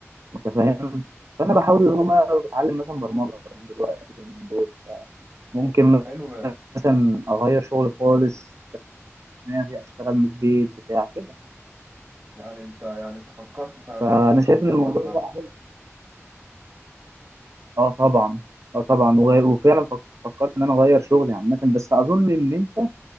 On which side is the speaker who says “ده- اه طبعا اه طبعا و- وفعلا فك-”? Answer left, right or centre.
Right